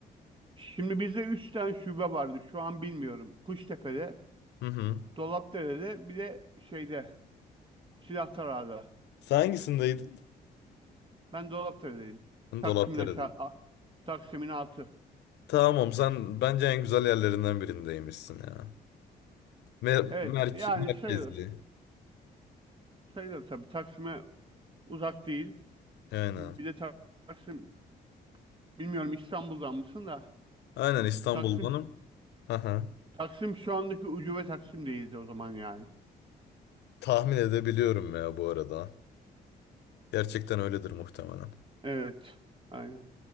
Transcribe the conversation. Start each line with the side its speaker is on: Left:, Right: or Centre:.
Right: Şimdi bizde 3 tane şube vardı. Şu an bilmiyorum. Kuştepe'de,
Left: Hı hı.
Right: Dolapdere'de, bir de şeyde Silahtarağa'da.
Left: Sen hangisindeydin?
Right: Ben Dolapdere'deyim. Taksim'in
Left: Dolapdere'de.
Right: aşağı a- Taksim'in altı.
Left: Tamam sen bence en güzel yerlerinden birindeymişsin ya. Mer
Right: Evet
Left: merke-
Right: yani
Left: merkezi.
Right: sayılır. Sayılır tabii. Taksim'e uzak değil.
Left: Aynen.
Right: Bir de Taksim, bilmiyorum İstanbul'dan mısın da
Left: Aynen İstanbul'danım.
Right: Taksim
Left: Aha.
Right: Taksim şu andaki ucube Taksim değildi o zaman yani.
Left: Tahmin edebiliyorum ya bu arada. Gerçekten öyledir muhtemelen.
Right: Evet. Aynen.